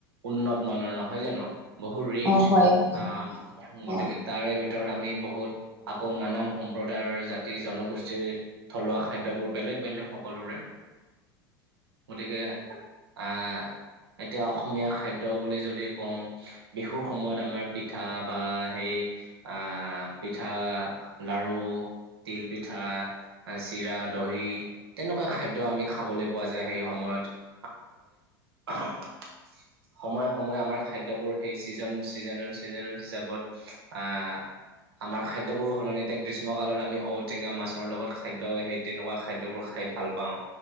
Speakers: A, on the right; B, on the right.
A: উন্নত মানৰ নহয় জানো বহু ৰিচ
B: অ হয় হয়
A: আহ গতিকে
B: অ
A: তাৰে ভিতৰত আমি বহুত আকৌ নানান সম্প্ৰদায়ৰ জাতি জনগোষ্ঠীৰ থলুৱা খাদ্যবোৰ বেলেগ বেলেগ সকলোৰে। গতিকে আহ এতিয়া অসমীয়া খাইদ দ্য বুলি যদি কওঁ বিহুৰ সময়ত আমাৰ পিঠা বা সেই আহ পিঠা লাৰু, তিল পিঠা আ চিৰা, দহি তেনেকুৱা খাদ্য আমি খাবলৈ পোৱা যায়, সেই সময়ত আমাৰ সময়ে সময়ে আমাৰ খাদ্যবোৰ সেই ছিজন চিজননেল ছিজননেল হিচাপত আহ আমাৰ খাদ্যবোৰো সলনি এতিয়া গ্ৰীষ্মকালত আমি ঔটেঙা মাছৰ লগত খাদ্য সে তেনেকুৱা খাদ্যবোৰ খাই ভাল পাওঁ।